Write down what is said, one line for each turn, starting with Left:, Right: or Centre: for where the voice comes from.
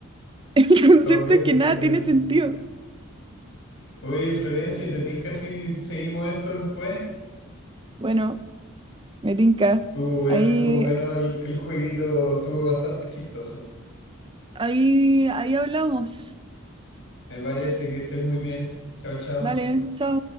Right: El <laughs> concepto
Left: Está bueno,
Right: es que
Left: está
Right: nada
Left: bueno.
Right: tiene sentido.
Left: Oye, Florencia, ¿te tinca si seguimos esto después?
Right: Bueno, me tinca.
Left: Estuvo bueno,
Right: Ahí,
Left: estuvo bueno el, el jueguito, estuvo bastante chistoso.
Right: ahí, ahí hablamos.
Left: Me parece que estés muy bien. Chao, chao.
Right: Dale, chao.